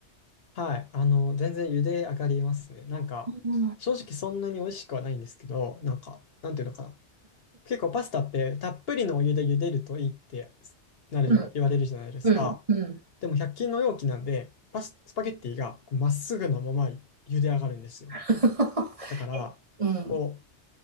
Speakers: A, on the left; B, on the right.
A: はい、あの、全然茹で上がりますね。なんか、
B: うん。
A: 正直そんなに美味しくはないんですけど、なんか、なんていうのかな。結構パスタってたっぷりのお湯で茹でるといいってなるじゃ、
B: うん
A: 言われるじゃないですか。
B: うん、うん。
A: でも100均の容器なんで、パス、スパゲッティがこうまっすぐのまま茹で上がるんですよ。
B: <laughs>
A: だから、
B: うん。
A: こう、